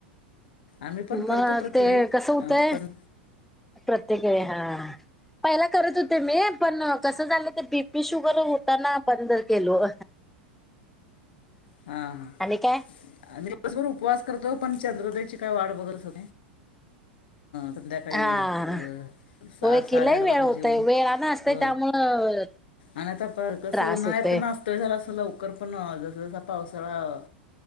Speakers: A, on the left (about 65°); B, in the centre.
A: आम्ही पण
B: मग
A: करतो प्रत्यवेेळी
B: ते कसं होतंय
A: अ पण...
B: प्रत्येक हा पहिला करत होते मी पण कसं झालं ते बी पी शुगर होता ना बंद केलो.
A: हा हा
B: आणि काय
A: मी दिवसभर उपवास तो पण चंद्रदेची काय वा बघल त संध्याकाळी
B: हा
A: अ
B: होय
A: आठ
B: की
A: साडेआठ
B: लय वेळ
A: वाजता
B: होतय
A: जेऊन
B: वेळानं असतय
A: अ
B: त्यामुळं
A: आणि आता कसं
B: त्रास
A: उन्हाळ्यात
B: होतय
A: नास्त झाला अस लव ल पण जसा पावसाळा